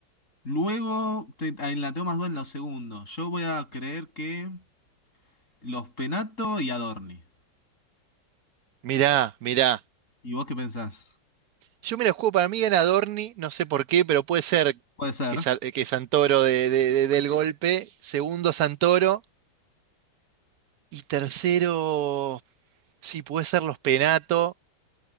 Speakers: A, on the left (about 40°); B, on the right (about 65°).
A: luego te, ahí la tengo más duda en los segundos. Yo voy a creer que los Penato y Adorni.
B: Mirá, mirá.
A: ¿Y vos qué pensás?
B: Yo me la juego, para mí gana Dorni, no sé por qué, pero puede ser
A: Puede ser.
B: que, Sa- eh, que Santoro de, de- de- del golpe, segundo Santoro, y tercero, sí, puede ser los Penato,